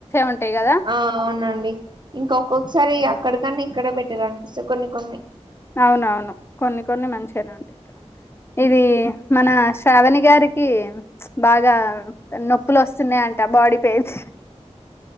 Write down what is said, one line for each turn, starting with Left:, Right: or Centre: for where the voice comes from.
Left: ఉంటాయి కదా
Right: అవునండి ఇంక ఒక్కొక్కసారి అక్కడకి కానీ ఇక్కడ బెటర్ అనిపిస్తంది కొన్ని కొన్ని
Left: అవునవును కొన్ని కొన్ని మంచినా ఉంటేయి ఇక్కడ ఇది మన శ్రావణి గారికి బాగా నొప్పులు వస్తున్నాయంట బాడీ పెయిన్స్